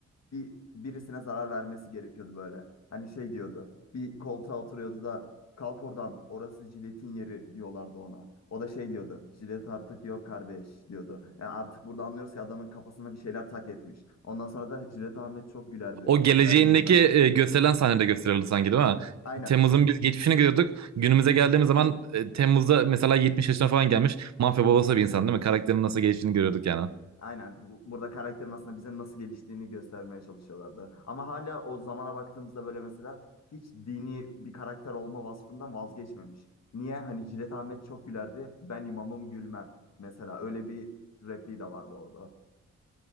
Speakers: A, on the left; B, on the right.
A: bir birisine zarar vermesi gerekiyordu böyle. Hani şey diyordu. Bir koltuğa oturuyordu da kalk oradan orası jiletin yeri diyorlardı ona. O da şey diyordu. Jilet artık yok kardeş diyordu. Yani artık burada anlıyoruz ki adamın kafasına bir şeyler tak etmiş. Ondan sonra da Jilet Ahmet çok gülerdi.
B: O geleceğindeki
A: Ben gülmem.
B: e, gösterilen sahnede gösterildi sanki değil mi?
A: Aynen.
B: Temmuz'un biz geçmişini görüyorduk. Günümüze geldiğimiz zaman e, Temmuz'da mesela 70 yaşına falan gelmiş. Mafya babası bir insan değil mi? Karakterin nasıl geliştiğini görüyorduk yani.
A: Aynen. Bu- Burada karakterin aslında bize nasıl geliştiğini göstermeye çalışıyorlardı. Ama hala o zamana baktığımızda böyle mesela hiç dini bir karakter olma vasfından vazgeçmemiş. Niye? Hani Cilet Ahmet çok gülerdi. Ben imamım gülmem. Mesela öyle bir repliği de vardı orada.